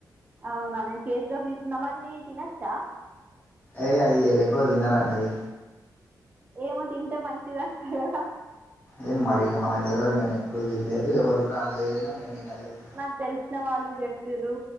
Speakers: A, on the right (about 25°); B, on the left (about 25°).
A: అవునా నేను చేతిలోకి తీస్తున్న వాటిని తినచ్చా
B: ఏ అవి ఎక్కువ తిన్నారూ అన్నది
A: ఏమో తింటే మంచిది అంటా కదా
B: ఏం మరి మనకు తెలియదు మే ఎప్పుడ వినలేదు ఎవరు కూడా అనలేడు నేను వినలేదు
A: నాకు తెలిసిన వాళ్ళు చెప్పిరు